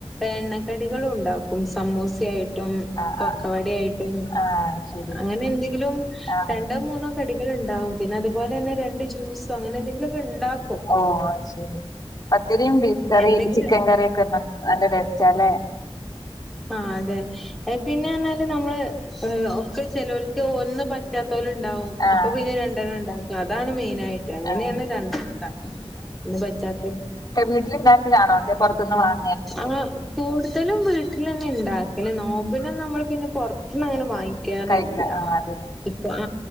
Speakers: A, in the centre; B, on the left.
A: എണ്ണക്കടികളും ഉണ്ടാക്കും സമൂസേം-
B: ആഹ്
A: കൊക്കവട
B: ആഹ്
A: ആയിട്ടും
B: ആഹ് ശരി
A: അങ്ങനെ എന്തെങ്കിലും
B: ആഹ്
A: രണ്ടോ മൂന്നോ കടികൾ ഉണ്ടാവും പിന്നെ അതുപോലെ തന്നെ രണ്ട് ജ്യൂസോ അങ്ങനെ എന്തെങ്കിലുമൊക്കെ ഇണ്ടാക്കും.
B: ഓ അത് ശരി പത്തിരിയും ബീഫ് കറി
A: എന്തെങ്കിലും
B: ചിക്കൻ കറിയൊക്കെ നല്ല ടേസ്റ്റാല്ലേ?
A: ആഹ്തെ. പിന്നെ എന്നാല് നമ്മള് ഒക്കെ ചെലോർക്ക് ഒന്നും പറ്റാത്തവലും ഉണ്ടാവും
B: ആഹ്
A: അപ്പൊ പിന്നെ രണ്ടെണ്ണം ണ്ടാക്കും അതാണ് മെയിനായിട്ട് അങ്ങനെയന്ന
B: ആഹ്
A: രണ്ടെണ് ഉണ്ടാക്ക ഇന്ന് പച്ചാത്ത
B: വീട്ടിലുണ്ടാക്കലാണോ അതോ പൊറത്തൂന്ന് വാ-
A: അങ്ങനെ കൂടുതലും വീട്ടിൽ തന്നെ ഉണ്ടാക്കല്ലേ നോബിനും നമ്മള് പിന്നെ പുറത്തന്ന് അങ്ങനെ വാങ്ങിക്ക- കാറില്ല
B: കഴിക്ക ആ അതെ
A: ഇപ്പ ആ